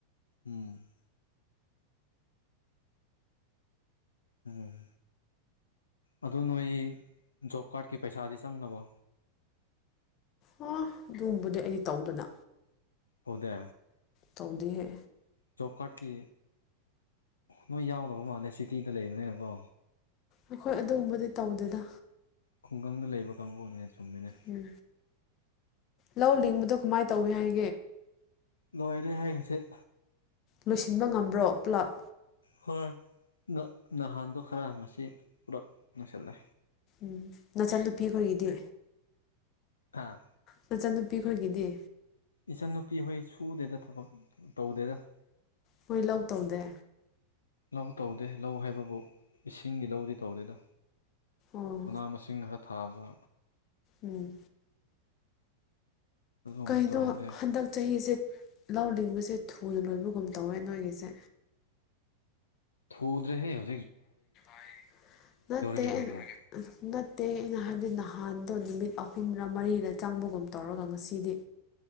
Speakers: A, on the left; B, on the left.
A: ꯎꯝ ꯎꯝ ꯑꯗꯨ ꯅꯣꯏ ꯖꯣꯞ ꯀꯥꯔꯠꯀꯤ ꯄꯩꯁꯥꯗꯤ ꯆꯪꯂꯕꯣ
B: ꯑꯣ ꯑꯗꯨꯒꯨꯝꯕꯗꯤ ꯑꯩꯗꯤ ꯇꯧꯗꯅ
A: ꯑꯣꯗꯦ
B: ꯇꯧꯗꯤꯍꯦ
A: ꯖꯣꯞ ꯀꯥꯔꯠꯀꯤ ꯅꯣꯏ ꯌꯥꯎꯗꯕ ꯃꯥꯜꯂꯦ ꯁꯤꯇꯤꯗ ꯂꯩꯕꯅꯤꯅꯀꯣ
B: ꯑꯈꯣꯏ ꯑꯗꯨꯒꯨꯝꯕꯗꯤ ꯇꯧꯗꯦꯗ
A: ꯈꯨꯡꯒꯪꯗ ꯂꯩꯕ ꯀꯥꯡꯕꯨꯅꯦ ꯆꯨꯝꯃꯤꯅꯦ
B: ꯎꯝ ꯂꯧ ꯂꯤꯡꯕꯗꯣ ꯀꯃꯥꯏ ꯇꯧꯋꯦ ꯍꯥꯏ
A: ꯂꯣꯏꯔꯦ ꯍꯥꯏ ꯍꯖꯤꯛ
B: ꯂꯣꯏꯁꯤꯟꯕ ꯉꯝꯕ꯭ꯔꯣ ꯄꯨꯂꯞ꯫
A: ꯍꯣꯏ ꯅ ꯅꯍꯥꯟꯗꯣ ꯈꯔ ꯉꯁꯤ ꯄꯨꯔꯞ ꯂꯣꯏꯁꯥꯜꯂꯦ꯫
B: ꯎꯝ ꯅꯥꯆꯟ ꯅꯨꯄꯤꯈꯣꯏꯒꯤꯗꯤ꯫
A: ꯍꯥꯥ꯫
B: ꯅꯆꯟꯅꯨꯄꯤ ꯈꯣꯏꯒꯤꯗꯤ꯫
A: ꯏꯆꯟꯅꯨꯄꯤ ꯍꯣꯏ ꯁꯨꯗꯦꯗ ꯊꯕꯛ ꯇꯧꯗꯦꯗ꯫
B: ꯈꯣꯏ ꯂꯧ ꯇꯧꯗꯦ꯫
A: ꯂꯧ ꯇꯧꯗꯦ ꯂꯧ ꯍꯥꯏꯕꯕꯨ ꯏꯁꯤꯡꯒꯤ ꯂꯧꯗꯤ ꯇꯧꯗꯦꯗ꯫
B: ꯑꯣ
A: ꯃꯅꯥ ꯃꯁꯤꯡ ꯈꯔ ꯊꯥꯕ
B: ꯎꯝ꯫
A: ꯑꯗꯨꯒꯨꯝꯕꯗꯤ
B: ꯀꯩꯅꯣ
A: ꯇꯧꯔꯝꯕ ꯌꯥꯏ
B: ꯍꯟꯗꯛ ꯆꯍꯤꯁꯦ ꯂꯧ ꯂꯤꯡꯕꯁꯦ ꯊꯨꯅ ꯂꯣꯏꯕꯒꯨꯝ ꯇꯧꯋꯦ ꯅꯣꯏꯒꯤꯁꯦ꯫
A: ꯊꯨꯗ꯭ꯔꯦꯍꯦ ꯍꯧ
B: <inaudible> ꯅꯠꯇꯦ꯫
A: ꯀꯩꯅꯣ
B: ꯑ
A: ꯑꯃꯨꯛ
B: ꯅꯠꯇꯦ ꯑꯩꯅ ꯍꯥꯏꯕꯗꯤ ꯅꯍꯥꯟꯗꯣ ꯅꯨꯃꯤꯠ ꯑꯍꯨꯝꯔ ꯃꯔꯤꯔ ꯆꯪꯕꯒꯨꯝ ꯇꯧꯔꯒ ꯉꯁꯤꯗꯤ